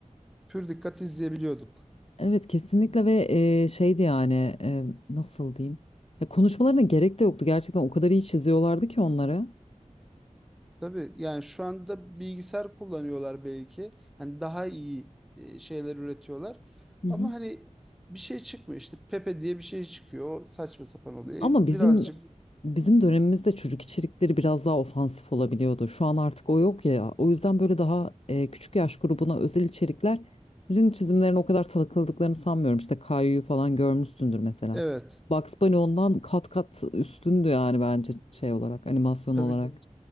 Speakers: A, in the centre; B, on the left.
A: pür dikkat izleyebiliyorduk.
B: Evet kesinlikle ve e, şeydi yani e, nasıl diyeyim? Ya konuşmalarına gerek de yoktu gerçekten o kadar iyi çiziyorlardı ki onları.
A: Tabii yani şu anda bilgisayar kullanıyorlar belki. Hani daha iyi e, şeyler üretiyorlar.
B: Hı
A: Ama
B: hı.
A: hani bir şey çıkmıyor işte Pepe diye bir şey çıkıyor. O saçma sapan oluyor. E,
B: Ama bizim
A: Birazcık
B: bizim dönemimizde çocuk içerikleri biraz daha ofansif olabiliyordu. Şu an artık o yok ya. O yüzden böyle daha e, küçük yaş grubuna özel içeriklerin çizimlerine o kadar takıldıklarını sanmıyorum. İşte Kayu'yu falan görmüşsündür mesela.
A: evet.
B: Bugs Bunny ondan kat kat üstündü yani bence şey olarak animasyon
A: Tabii
B: olarak.